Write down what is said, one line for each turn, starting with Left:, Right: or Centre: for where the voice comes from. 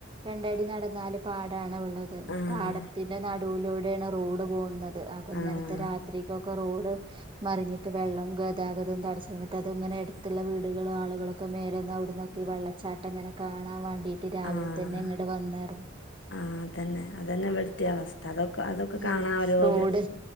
Right: രണ്ടടി നടന്നാല് പാടാണ് ള്ളത്
Left: ആഹ്
Right: പാടത്തിന്റെ നടുവിലൂടെയാണ് റോഡ് പോകുന്നത് അപ്പൊ ഇന്നലത്തെ
Left: ആഹ്
Right: രാത്രി ക്കൊക്കെ റോഡ് മറിഞ്ഞിട്ട് വെള്ളം ഗതാഗതം തടസംന്നിട്ട് അത് ഇങ്ങനെ അ ടുത്തുള്ള വീടുകൾ ആളുകളൊക്കെ മേലന്നന്ന് അവിടന്നൊക്കെഈ വെള്ളച്ചാട്ടങ്ങനെ കാണാൻ വേണ്ടി രാവിലെ
Left: ആഹ്
Right: തന്നെ ങ്ങോട്ട വന്നായിരുന്നു
Left: ആഹ് അതന്നെ അതന്നെ ഇവിടുത്തെ അവസ്ഥ അതൊക്കെ അതൊക്കെ
Right: ഉം
Left: കാണാൻ ഓരോ
Right: റോഡ്
Left: ജ-